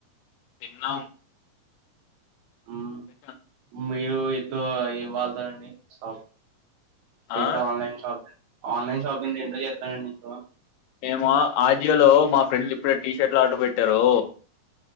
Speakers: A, on the left; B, on the right.
A: తిన్నాం
B: ఉమ్
A: తిన్నం
B: మీరు ఎదో ఏం వాళ్తారండి షాపింగ్
A: ఆ
B: ఏంటో ఆన్లైన్ షాపింగ్ ఆన్లైన్ షాపింగ్ దేంట్లో చేస్తానండి ఎక్కువ
A: మా ఆజియోలో మా ఫ్రెండ్లు ఇప్పుడే టీ షర్ట్లు ఆర్డర్ పెట్టారు